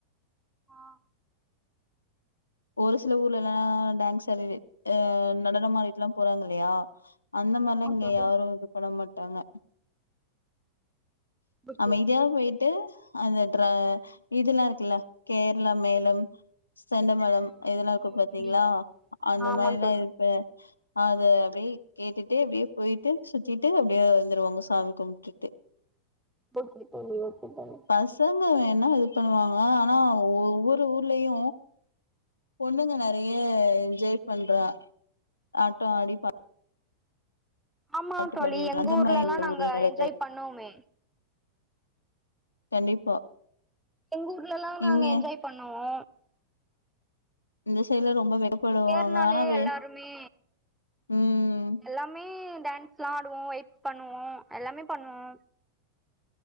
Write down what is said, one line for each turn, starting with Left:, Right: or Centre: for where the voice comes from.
Centre: ஆ
Left: ஒரு சில ஊர்லல்லா டான்ஸ் ஆடி அஹ் நடனமாடிட்டுல்லா போறாங்க இல்லையா அந்த மாரில்லா
Centre: ஆமா
Left: இங்க
Centre: தோழி
Left: யாரு இது பண்ண மாட் டாங்க
Centre: ஓகே
Left: அமைதியா
Centre: தோழி
Left: போயிட்டு அந்த ட்ற இதெல்லா இருக்குல்ல கேரளா மெளம் செண்ட மே இதெல்லா
Centre: ஆ ஆமாமா
Left: இருக்கு பாத்தீங்களா
Centre: தோழி
Left: அந்த
Centre: ஆமா
Left: மாரிலா
Centre: தோழி
Left: இப்ப அது அப்டே கேட்டுட்டு இப்டியே போயிட்டு சுத்திட்டு அப்டியே வந்துருவாங்க சாமி கும்மிடுட்டு
Centre: ஓகே தோழி ஓகே தோழி
Left: பசங்க வேணா இது பண்ணுவாங்க ஆனா ஒவ்வொரு ஊர்லயு பொண்ணுங்க நெறைய ஆ என்ஜாய் பண்றா ஆட்டோ ஆடி
Centre: ஆமா
Left: பாட்டு
Centre: தோழி
Left: பாடி
Centre: எங்க
Left: அந்த
Centre: ஊர்ல
Left: மாரி
Centre: எல்லா
Left: எங்க
Centre: நாங்க
Left: ஊர்ல நடக்காது
Centre: என்ஜாய் பண்ணுவோமே
Left: கண்டிப்பா
Centre: எங்க ஊர்லல்லா நாங்க
Left: இங்க
Centre: என்ஜாய் பண்ணுவோ
Left: இந்த சையிடுல ரொம்ப வெக்கப்படுவாங்க
Centre: தேர்னாலே
Left: ஆனா வே
Centre: எல்லாருமே
Left: ம்
Centre: எல்லாமே டான்ஸ் எல்லா ஆடுவோ வெயிப் பண்ணுவோ எல்லாமே பண்ணுவோ